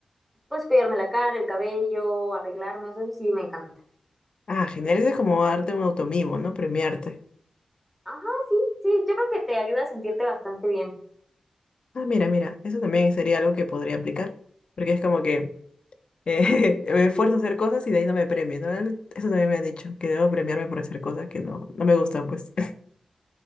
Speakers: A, in the centre; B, on the left.
A: pues cuidarme la cara, el cabello, arreglarme, o sea, eso sí me encanta.
B: Ah, genial, eso es como darte un automimo, ¿no? Premiarte.
A: Ajá, sí, sí, yo creo que te ayuda a sentirte bastante bien.
B: Ah, mira, mira, eso también sería algo que podría aplicar. Porque es como que eh, <laughs> me esfuerzo
A: Sí,
B: a hacer cosas y de ahí no me premio, ¿no? Eso también me han dicho, que debo premiarme por hacer cosas que no, no me gustan, pues.